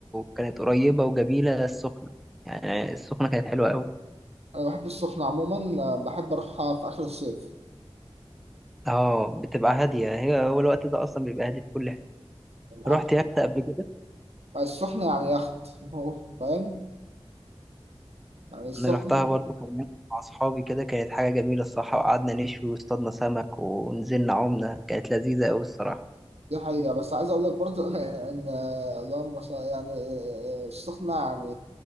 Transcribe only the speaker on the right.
أنا بحب السخنة عموما آه، بحب أروحها في آخر الصيف
عب-
السخنة يعني يخت <laughs> هو فاهم يعني السخنة
دي حقيقة بس عايز أقول لك برضو <laughs> إن اللهم مثلا يعني السخنة يعني